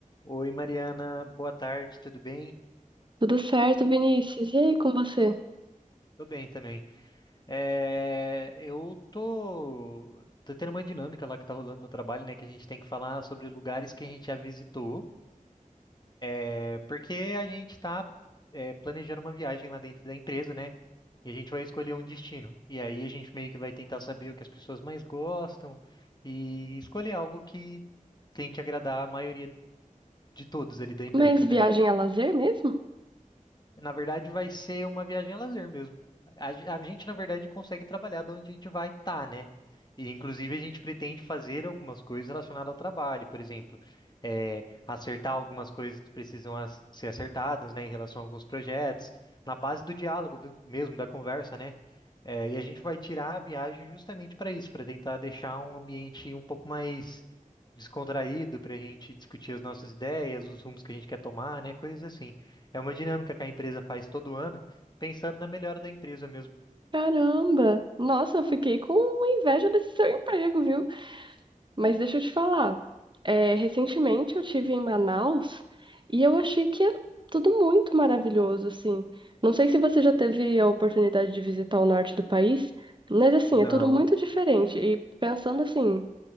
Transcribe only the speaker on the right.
Tudo certo, Vinícius? E aí com você?
Mas viagem
a lazer mesmo?
Caramba! Nossa, eu fiquei com inveja desse seu emprego, viu? Mas deixa eu te falar. é, recentemente eu tive em Manaus e eu achei que é tudo muito maravilhoso, assim. Não sei se você já teve a oportunidade de visitar o norte do país, mas assim,
é tudo muito diferente. E pensando assim,